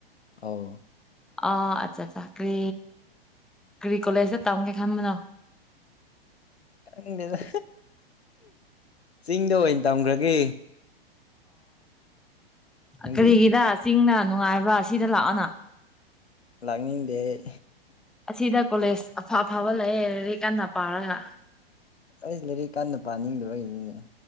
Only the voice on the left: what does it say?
ꯑꯧ
ꯪꯈꯪꯗꯦꯗꯥ ꯆꯤꯡꯗ ꯑꯣꯏꯅ ꯇꯝꯈ꯭ꯔꯒꯦ꯫
ꯅꯪꯗꯤ
ꯂꯥꯛꯅꯤꯡꯗꯦ ꯑꯩ
ꯑꯩ ꯂꯥꯏꯔꯤꯛ ꯀꯥꯟꯅꯥ ꯄꯥꯅꯤꯡꯗꯕꯒꯤꯅꯤꯅꯦ꯫